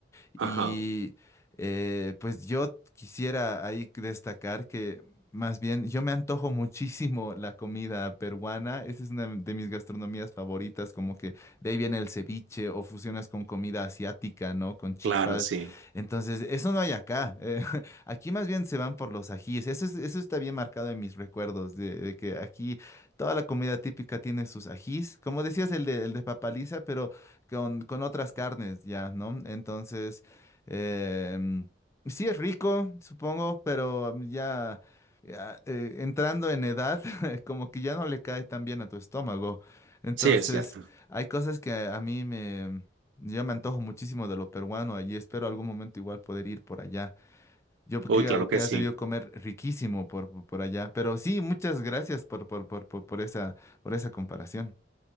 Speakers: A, on the left; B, on the right.
A: Y
B: Ajá,
A: eh, pues yo quisiera ahí destacar que más bien yo me antojo muchísimo la comida peruana. Esa es una de mis gastronomías favoritas, como que de ahí viene el ceviche o fusionas con comida asiática, ¿no? Con chifas.
B: claro, sí.
A: Entonces, eso no hay acá. eh, <laughs> aquí más bien se van por los ajíes. Eso es- eso está bien marcado en mis recuerdos, de, de que aquí toda la comida típica tiene sus ajís. Como decías, el de, el de papaliza, pero con, con otras carnes, ya, ¿no? Entonces... Em, sí es rico, supongo, pero mm, ya, ya, eh, entrando en edad, <laughs> como que ya no le cae tan bien a tu estómago. Entonces,
B: Sí, es cierto.
A: hay cosas que a mí me... Yo me antojo muchísimo de lo peruano y espero algún momento igual poder ir por allá. Yo creo
B: Uy, claro que
A: que
B: sí.
A: has debido comer riquísimo por, por, por allá. Pero sí, muchas gracias por, por, por, por, por esa, por esa comparación.